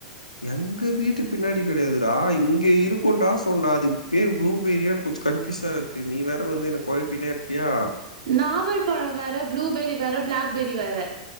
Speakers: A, on the left (about 85°); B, on the right (about 60°).
A: எங்க வீட்டு பின்னாடி கெடையாதுறா இங்க இருக்குன்டா சொன்ன அதுக்கு பேரு ப்ளூபெரியான் கொஞ்ச கன் பிஸா இக்கு நீ வேற வந்து என்ன கொழப்பினேருக்கியா
B: நாவல் பழ வேற ப்ளூபெரி வேற பிளாக்பெரி வேற